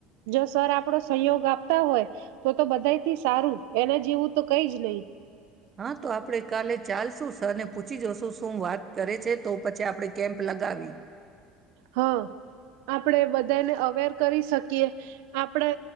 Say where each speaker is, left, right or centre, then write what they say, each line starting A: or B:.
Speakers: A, on the right (about 80°); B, on the right (about 20°).
A: જો સર આપડો સંયોગ આપતા હોય તો તો બધા થી સારું એને જીવું તો કઈ જ <unintelligible>
B: હા તો આપડે કાલે ચાલશું. સર ને પૂછી જોશું શું વાત કરે છે, તો પછી આપણે કેમ્પ લગાવી
A: હા આપણેે બધાને અવેર કરી શકીએ આપણે